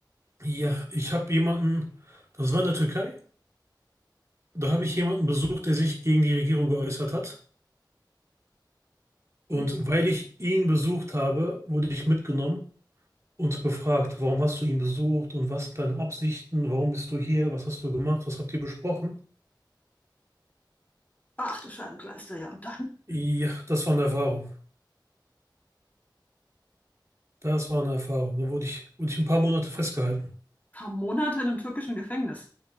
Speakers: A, on the right; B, on the left.
A: ja. Ich habe jemanden, das war in der Türkei, da habe ich jemanden besucht, der sich gegen die Regierung geäußert hat. Und
B: Ups.
A: weil ich ihn besucht habe, wurde ich mitgenommen und befragt, warum hast du ihn besucht und was sind deine Absichten, warum bist du hier, was hast du gemacht, was habt ihr besprochen?
B: Ach, du Scheibenkleister, ja. Und dann ein
A: Ja, das war eine Erfahrung. Das war eine Erfahrung. Da wurde ich, wurde ich ein paar Monate festgehalten.
B: paar Monate in einem türkischen Gefängnis.